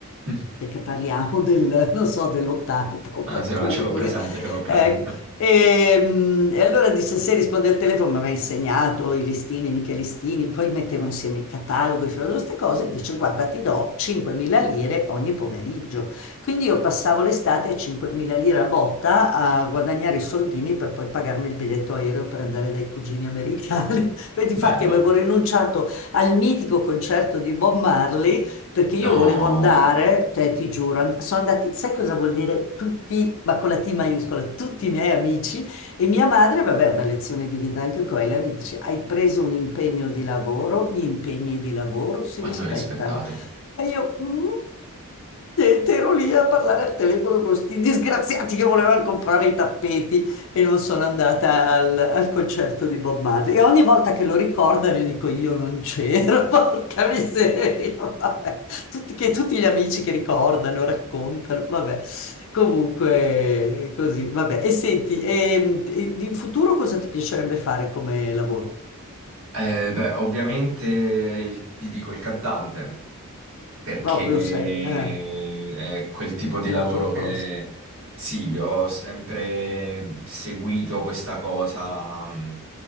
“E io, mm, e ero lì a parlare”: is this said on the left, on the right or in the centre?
Left